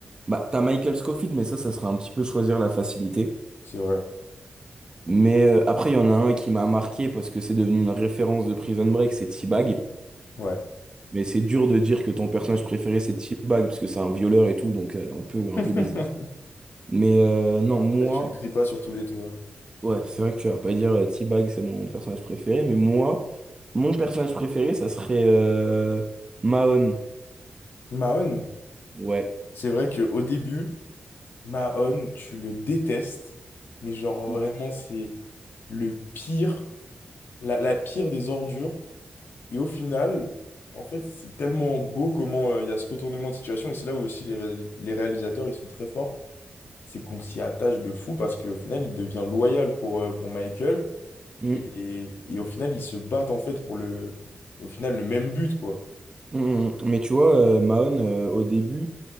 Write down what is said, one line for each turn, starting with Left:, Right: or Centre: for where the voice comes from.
Right: bah, t'as Michael Scofield, mais ça, ça serait un petit peu choisir la facilité.
Left: C'est vrai.
Right: Mais euh, après, il y en a un qui m'a marqué parce que c'est devenu une référence de Prison Break, c'est T-Bag.
Left: Ouais.
Right: Mais c'est dur de dire que ton personnage préféré, c'est T-Bag, parce que c'est un violeur et tout, donc euh, un peu,
Left: <laughs>
Right: un peu bizarre. Mais euh, non, moi,
Left: Ouais, Tu le cries pas sur tous les toits.
Right: ouais, c'est vrai que tu vas pas dire euh, T-Bag, c'est mon personnage préféré, mais moi. Mon personnage préféré, ça serait euh, Mahon.
Left: Mahon,
Right: Ouais.
Left: c'est vrai que au début, Mahon, tu le détestes, mais genre
Right: Mm,
Left: vraiment, c'est le pire. la, la pire des ordures. Et au final, en fait, c'est tellement beau comment euh, il y a ce retournement de situation. Et c'est là où aussi les, réalis- les réalisateurs, ils sont très forts. C'est qu'on s'y attache de fou parce qu'au final, il devient loyal pour, euh, pour Michael.
Right: mm,
Left: Et, et, et au final, ils se battent en fait pour le, au final, le même but, quoi.
Right: mm. mm. Mais tu vois, euh, Mahon, euh, au début,